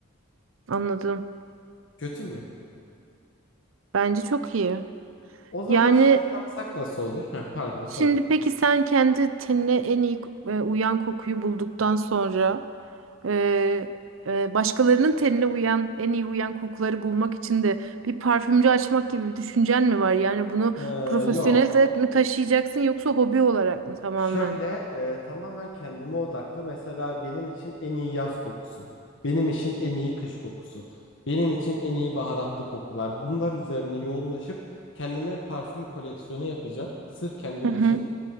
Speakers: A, on the right (about 75°); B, on the left (about 65°).
A: Anladım.
B: Kötü mü?
A: Bence çok iyi.
B: O zaman
A: Yani
B: şöyle yapsak nasıl olur? Heh, pardon söyle.
A: Şimdi peki sen kendi tenine en iyi e, uyan kokuyu bulduktan sonra e, e, başkalarının tenine uyan en iyi uyan kokuları bulmak için de bir parfümcü açmak gibi bir düşüncen mi var? Yani bunu
B: Ee,
A: profesyonel
B: yok.
A: de mi taşıyacaksın yoksa hobi olarak mı tamamen?
B: Şöyle e, tamamen kendime odaklı. Mesela benim için en iyi yaz kokusu, benim için en iyi kış kokusu, benim için en iyi baharatlı kokular. Bunlar üzerine yoğunlaşıp kendime parfüm koleksiyonu yapacağım. Sırf kendim
A: Hı hı.
B: için.